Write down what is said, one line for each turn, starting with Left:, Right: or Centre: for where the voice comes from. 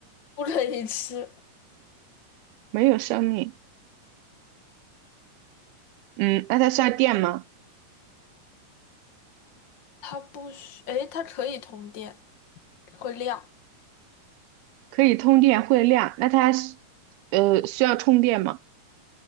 Left: 不可以吃，
Right: 没有生命。嗯，那它需要电吗？
Left: 它不需，诶，它可以通电，会亮。
Right: 可以通电会亮。那它是呃需要充电吗？